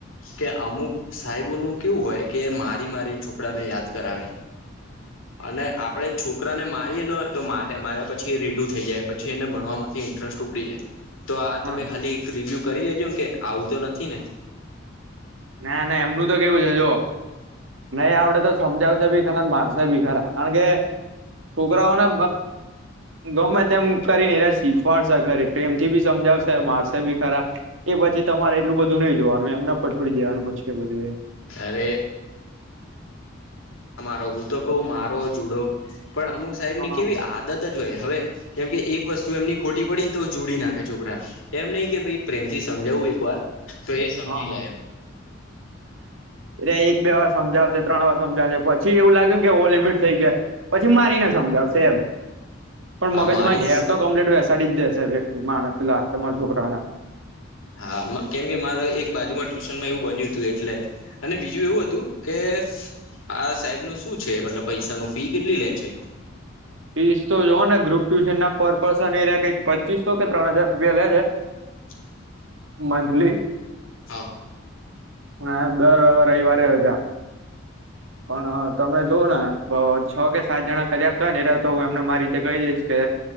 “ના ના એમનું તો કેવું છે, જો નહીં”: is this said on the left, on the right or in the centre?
Right